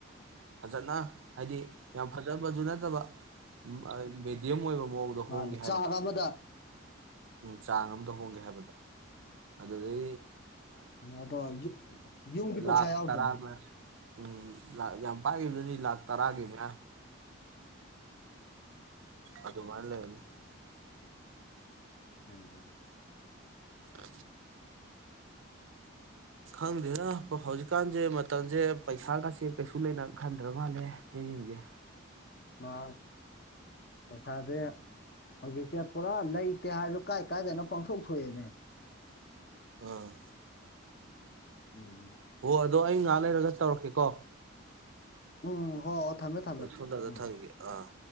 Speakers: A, on the right; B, on the left.
A: ꯐꯖꯅ ꯍꯥꯏꯗꯤ ꯌꯥꯝ ꯐꯖꯕ ꯖꯨꯅ <unintelligible> ꯑꯣꯏꯕ ꯃꯑꯣꯡꯗ
B: ꯃꯥꯅꯦ
A: ꯍꯣꯡꯒꯦ ꯍꯥꯏꯕꯗ
B: ꯆꯥꯛ ꯑꯃꯗ
A: ꯎꯝ ꯆꯥꯡ ꯑꯃꯝꯗ ꯍꯣꯡꯒꯦ ꯍꯥꯏꯕꯗ ꯑꯗꯨꯗꯤ
B: ꯑꯗ ꯌ ꯌꯨꯕꯤꯀꯁ
A: ꯂꯥꯛ
B: ꯑꯥꯎꯇꯔꯃ
A: ꯇꯔꯥ ꯎꯝ ꯌꯥꯝ ꯄꯥꯏꯕꯗꯨꯗꯤ ꯂꯥꯛ ꯇꯔꯥꯒꯤꯅꯦ ꯑꯗꯨ ꯑꯗꯨ ꯃꯥꯥꯏ ꯂꯩ ꯍ
B: ꯎꯝ
A: ꯑ ꯈꯪꯗꯦꯅ ꯍꯧꯖꯤꯛꯀꯥꯟꯁꯦ ꯃꯇꯝꯁꯦ ꯄꯩꯁꯥꯒꯁꯦ ꯀꯩꯁꯨ ꯂꯩꯅ ꯈꯟꯗ꯭ꯔ ꯃꯥꯜꯂꯦ ꯃꯌꯦꯡꯁꯦ
B: ꯃꯥ ꯄꯩꯁꯥꯁꯦ ꯍꯧꯖꯤꯛꯁꯦ ꯄꯨꯔꯥ ꯂꯩꯇꯦ ꯍꯥꯏꯔꯁꯨ ꯀꯥꯏ ꯀꯥꯏꯗꯅꯣ ꯄꯥꯡꯊꯣꯛ ꯊꯣꯛꯑꯦꯅꯦ
A: ꯑ
B: ꯎꯝꯝ
A: ꯑꯣ ꯑꯗꯣ ꯑꯩ ꯉꯥꯏꯍꯥꯛ ꯂꯩꯔꯒ ꯇꯧꯔꯛꯀꯦꯀꯣ꯫
B: ꯎꯝ ꯍꯣꯏ ꯍꯣꯏ ꯊꯝꯃꯦ ꯊꯝꯃꯦ
A: ꯁꯣꯝꯗꯗ
B: ꯎꯝ꯫
A: ꯊꯝꯒꯦ ꯑꯥ